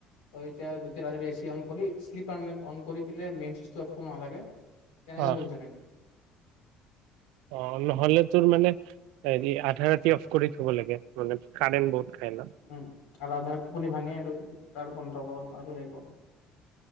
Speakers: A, on the left; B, on the right.
A: কতি গোটেই ৰাৰে এছ অন কৰি লিপাৰ কৰি ম চ মালাগে তেনেকা
B: অ
A: চ থাকে
B: অ নহলে তোৰ মানে আধাৰ ৰাতি অফ কৰি থব লাগে মানে কাৰেণ্ট বহুত খাই ল
A: উম আৰু ৰাজধহাৰ টোপনি ভাঙে আৰু তাৰ বন্ধ কৰ আৰু সেই কৰ